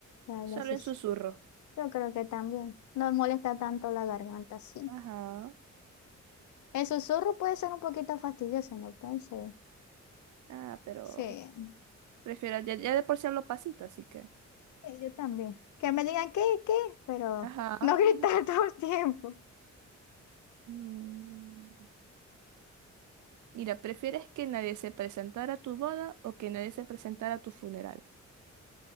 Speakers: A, on the left; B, on the right.
A: Te hablas
B: Solo
A: sus-
B: en susurro.
A: Yo creo que también. No molesta tanto la garganta, sí.
B: Ajá.
A: El susurro puede ser un poquito fastidioso, no pensé.
B: Ah, pero
A: Sí,
B: prefiero ya, ya de por sí los pasitos, así que.
A: y yo también. Que me digan qué, qué, pero
B: Ajá.
A: no gritar
B: <laughs>
A: <laughs> todo el tiempo.
B: Mm, Mira, ¿prefieres que nadie se presentara a tu boda o que nadie se presentara a tu funeral?